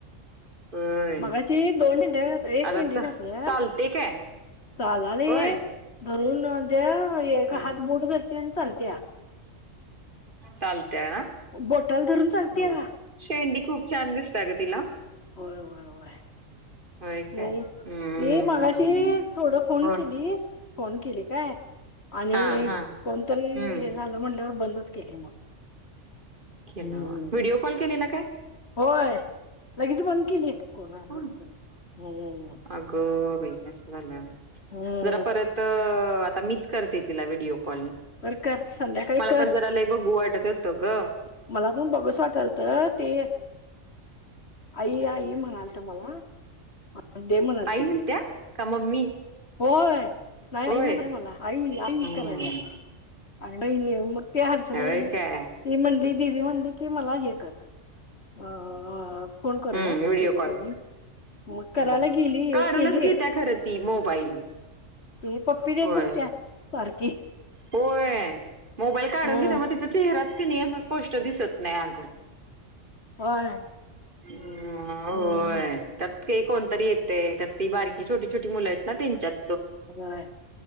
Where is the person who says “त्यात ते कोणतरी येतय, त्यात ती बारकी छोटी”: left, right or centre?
Right